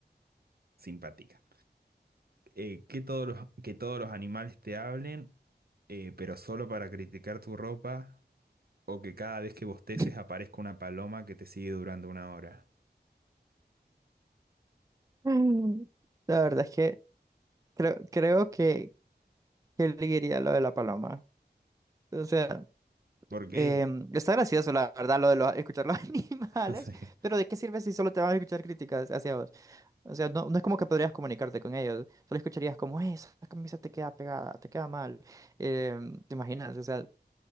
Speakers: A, on the right (about 60°); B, on the right (about 20°).
A: simpática. Eh, que todos los, que todos los animales te hablen, eh, pero solo para criticar tu ropa, o que cada vez que bosteces
B: <laughs>
A: aparezca una paloma que te sigue durante una hora.
B: Mm. La verdad es que creo, creo que, que elegiría lo de la paloma. O sea,
A: ¿Por qué?
B: em, está gracioso, la verdad, lo de los- escuchar los <laughs> animales,
A: <laughs> Sí.
B: pero ¿de qué sirve si solo te van a escuchar críticas hacia vos? O sea, no, no es como que podrías comunicarte con ellos, solo escucharías como, eh, esa camisa te queda pegada, te queda mal. Em, ¿te imaginas? O sea,